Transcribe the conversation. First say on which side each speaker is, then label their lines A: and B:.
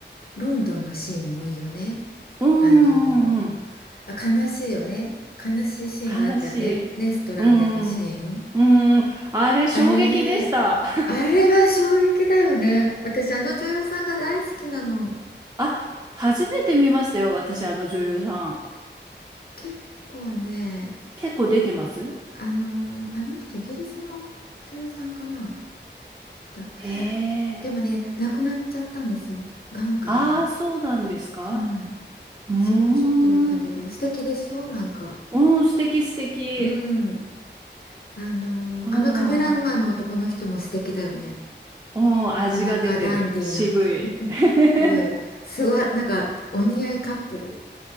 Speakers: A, on the left; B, on the right.
A: ロンドンのシーンもいいよね。
B: えうんうんうんうん。
A: あの、あ、悲しいよね。悲しいシーンがあったよね。
B: 悲しい。
A: レストランでのシーン。
B: うんうん。うんうん。あれ、衝撃でした。
A: あれ、
B: <laughs>
A: あれは衝撃だよね。私、あの女優さんが大好きなの。
B: あ、初めて見ましたよ、私、あの女優さん。
A: 結構ね、
B: 結構出てます
A: あの、あの人、イギリスの女優さんかな。どこだ
B: へえ。
A: でもね、亡くなっちゃったんですよ。癌か何かで。
B: ああ、そうなんですか
A: うん。
B: うーん。
A: すごいショックだったけど、素敵でしょなんか。
B: うん、素敵素敵。
A: うん、あの、
B: あ
A: あのカメラマンの男の人も素敵だよね。
B: あ。うん、
A: なかなかダンディーな。
B: 味が出てる。渋い。
A: <laughs>
B: <laughs>
A: すごい、すごい、なんかお似合いカップル。